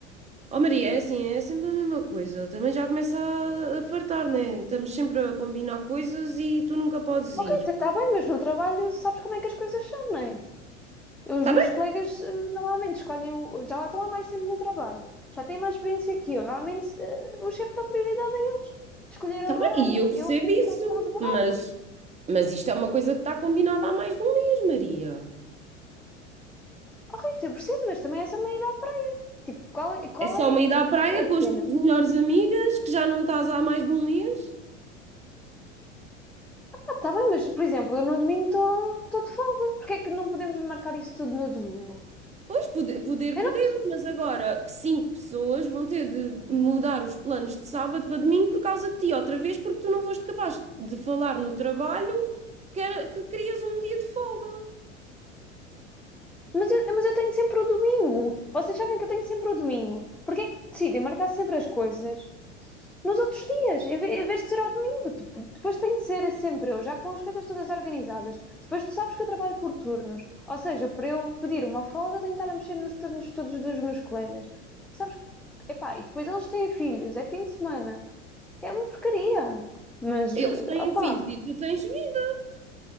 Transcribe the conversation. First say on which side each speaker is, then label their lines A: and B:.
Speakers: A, on the right; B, in the centre.
A: Oh, Maria, é assim, é sempre a mesma coisa. Também já começa a, a fartar, né? Estamos sempre a combinar coisas e tu nunca podes
B: Oh,
A: ir.
B: Rita, está bem, mas no trabalho sabes como é que as coisas são, não é? Os
A: Tá
B: meus
A: bem,
B: colegas eh, normalmente escolhem, o, já lá estão há mais tempo no trabalho, já têm mais experiência que eu. Normalmente eh, o chefe dá prioridade a eles, de escolherem
A: tá
B: o horário.
A: bem, e eu percebo
B: Eu fico
A: isso,
B: sempre a liberar.
A: mas, mas isto é uma coisa que está combinada há mais de um mês, Maria.
B: Oh, Rita, eu percebo, mas também essa é uma ida à praia. Tipo, qual é, qual
A: É só
B: é
A: uma ida à
B: eh,
A: praia
B: a cena?
A: com as tuas melhores amigas, que já não estás há mais de um mês?
B: Está bem, mas por exemplo, eu no domingo estou de folga. Porquê é que não podemos marcar isso tudo no domingo?
A: Pois, poder, poder
B: Eu
A: podemos,
B: não-
A: mas agora cinco pessoas vão ter de mudar os planos de sábado para domingo por causa de ti, outra vez, porque tu não foste capaz de falar no trabalho que, era, que querias um dia de folga.
B: mas, eu, mas eu tenho sempre o domingo. Vocês sabem que eu tenho sempre o domingo. Porquê é que decidem marcar sempre as coisas nos outros dias, em, vez de ser ao domingo? Tipo, depois tem de ser sempre eu, já com as coisas todas organizadas. Depois tu sabes que eu trabalho por turnos. Ou seja, para eu pedir uma folga, tenho de estar a mexer nos turnos todos dos meus colegas. Sabes? que- Epá, e depois eles têm filhos, é fim de semana. É uma porcaria. Mas,
A: Eles
B: eh,
A: têm
B: opá,
A: filhos e tu tens vida.